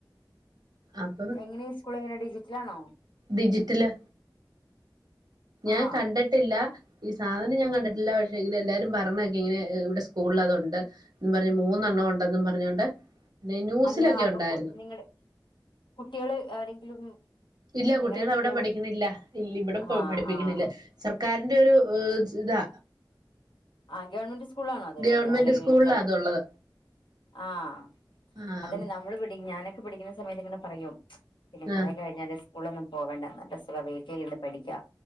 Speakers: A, on the right; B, on the left.
A: അപ്പം
B: എങ്ങനെ സ്കൂൾ എങ്ങനെ ഡിജിറ്റൽആണോ
A: ഡിജിറ്റല് ഞാൻ
B: ആഹ്
A: കണ്ടിട്ടില്ല ഈ സാധനം ഞാൻ കണ്ടിട്ടില്ല പക്ഷെ ഇ എല്ലാരും പറഞ്ഞൊക്കെ ഇങ്ങനെ ഇവിടെ സ്കൂളിൽ അത്ഉണ്ട് എന്ന പറഞ് മൂന്നെണ്ണം ഉണ്ടെന്നും പറഞ്ഞോണ്ട് പിന്നെ ന്യൂസിലൊക്കെ
B: അല്ല അപ്പൊ
A: ഉണ്ടായിരുന്നു
B: നിങ്ങടെ കുട്ടികള് ആരെങ്കിലും
A: ഇല്ല
B: നിങ്ങളുടെ
A: കുട്ടികൾ
B: കുട്ടികള്
A: അവിടെ പഠിക്കുന്നില്ല ഇവിടെ
B: ആഹ്
A: പഠിപ്പിക്കുന്നില്ല
B: ആഹ്
A: സർക്കാരിന്റെ ഒരു ഇതാ
B: ആഹ് ഗവൺമെന്റ് സ്കൂളാണോ അതള്ളത്
A: ഗവൺമെന്റ്
B: അല്ലെങ്കിൽ
A: സ്കൂളിലാ
B: പ്രൈവ
A: അതുള്ളത്
B: ആഹ്
A: ആഹ്
B: അതന്നെ നമ്മള് പടി ഞാനൊക്കെ പടിക്കുന്ന സമയത്ത് ഇങ്ങനെ പറയും പിന്നെ
A: ആഹ്
B: കുറെ കഴിഞ്ഞാല് സ്കൂളൊന്നും പോവണ്ട നല്ല സുഖ വീട്ടിൽ ഇരുന്ന് പഠിക്കാം